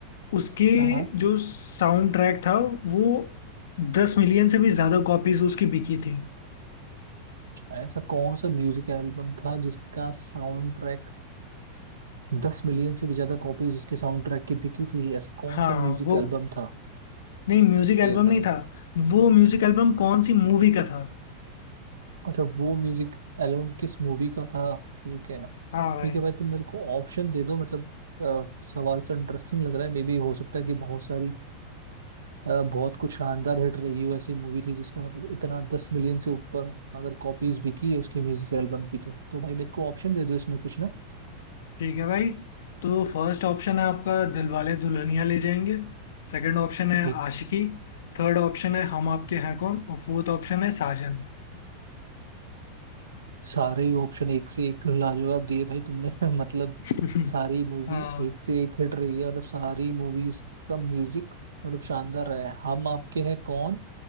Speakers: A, on the left (about 60°); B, on the right (about 70°).
A: उसके
B: हाँ हाँ,
A: जो साउंड ट्रैक था वो दस मिलियन से भी ज्यादा कॉपीज उसकी बिकी थी
B: ऐसा कौन सा म्यूजिक एल्बम था जिसका साउंड ट्रैक दस मिलियन से भी ज्यादा कॉपीज जिसके साउंड ट्रैक की बिकी थी ऐसा कौन
A: हाँ
B: सा म्यूजिक
A: वो
B: एल्बम था
A: नहीं म्यूजिक
B: ओके
A: एल्बम
B: भाई
A: नहीं था वो म्यूजिक एल्बम कौन सी मूवी का था
B: अच्छा वो म्यूजिक एल्बम किस मूवी का था ठीक है
A: हाँ भाई
B: ठीक है भाई तुम मेरे को ऑप्शन दे दो मतलब अ, सवाल तो इंटरेस्टिंग लग रहा है मे बी हो सकता है कि बहुत सारी अ, बहुत कुछ शानदार हिट रही हो ऐसी मूवी थी जिसका मतलब इतना दस मिलियन से ऊपर अगर कॉपीज भी की है उसकी म्यूजिक एल्बम की तो तो भाई मेरे को ऑप्शन दे दो इसमें कुछ ना
A: ठीक है भाई तो फर्स्ट ऑप्शन है आपका दिलवाले दुल्हनिया ले जाएंगे सेकंड ऑप्शन है
B: ठीक
A: आशिकी थर्ड ऑप्शन है हम आपके हैं कौन और फोर्थ ऑप्शन है साजन
B: सारे ही ऑप्शन एक से एक लाजवाब दिए भाई तुमने <laughs> मतलब
A: <laughs>
B: सारी मूवी
A: हाँ
B: एक से एक हिट रही है मतलब सारी मूवीज का म्यूजिक मतलब शानदार रहा है हम आपके हैं कौन